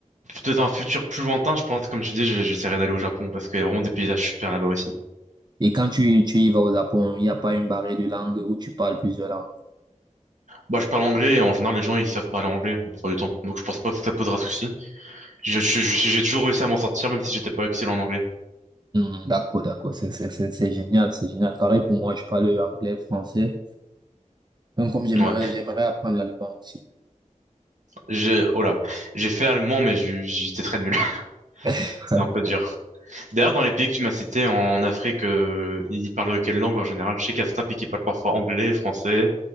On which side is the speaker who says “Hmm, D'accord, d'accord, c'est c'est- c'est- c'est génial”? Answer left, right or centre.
Right